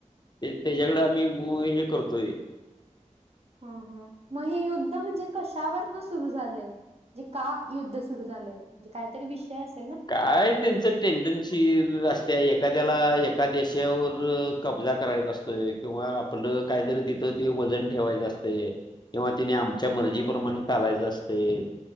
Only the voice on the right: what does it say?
ह हा, मग हे युद्ध म्हणजे कशावरन सुरू झालंय? म्हंजे का युद्ध सुरु झालंय? म्हणजे काहीतरी विषय अस
हा